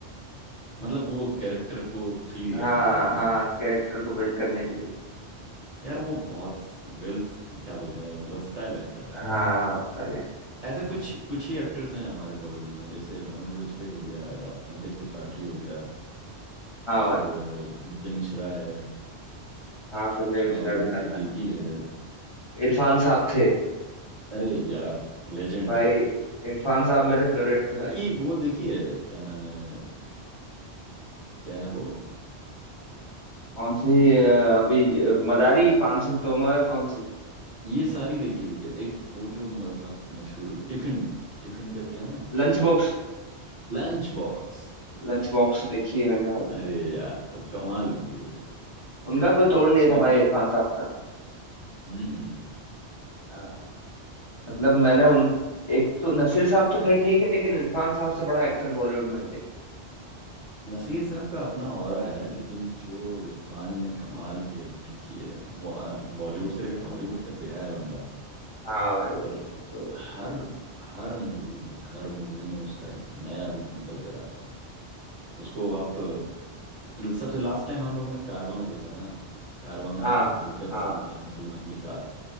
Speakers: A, on the right (about 40°); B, on the left (about 30°).
A: मतलब वो कैरेक्टर को फील
B: हाँ
A: करने के लिए है ना
B: हाँ कैरेक्टर को बिल्ड करने के लिए
A: यार वो बहुत वेल क्या बोलते हैं वर्सटाइल एक्टर है
B: हाँ
A: यार वो
B: टैलेंट
A: ऐसे कुछ कुछ ही एक्टर्स हैं हमारे बॉलीवुड में जैसे मनोज वाजपेयी हो गया या पंकज त्रिपाठी हो गया
B: हाँ
A: और
B: भाई
A: अ, संजय मिश्रा है
B: हाँ संजय मिश्रा
A: नवाजुद्दीन
B: भी कर
A: सिद्दीकी
B: रहा
A: है
B: है इरफान साहब थे
A: अरे यार लेजेंड
B: भाई इरफान साहब मेरे फेवरेट थे भाई
A: इनकी वो देखी है क्या नाम है अ, क्या है वो
B: कौन सी अ, अभी अ, मदारी पान सिंह तोमर कौन सी
A: ये सारी देखी हुई है एक वो जो म- बहुत मशहूर टिफिन टिफिन करके है ना
B: Lunch box
A: लंच बॉक्स
B: लंच बॉक्स देखी है मैंने भाई
A: अरे यार वो कमाल मूवी है
B: उनका कोई तोड़
A: उसमें
B: नहीं था भाई
A: भी
B: इरफान साहब का
A: हम्म हम्म, हम्म।
B: हाँ, मतलब मैंने उन एक तो नसीर साहब तो खैर ठीक है लेकिन इरफान साहब से बड़ा एक्टर बॉलीवुड में नहीं देखा
A: नसीर साहब का अपना ऑरा है लेकिन जो इरफान ने कमाल की एक्टिंग की है वो, अ, बॉलीवुड से लेकर हॉलीवुड तक गया है बंदा
B: हाँ भाई
A: और
B: तो,
A: हर हर मूवी में हर मूवी में उसका एक नया रूप निकल कर आता है उसको आप अ, सबसे लास्ट टाइम हम लोगों ने कारवा में देखा था ना कारवा में
B: हाँ
A: दुलकर सुल,
B: हाँ
A: अ, सलमान के साथ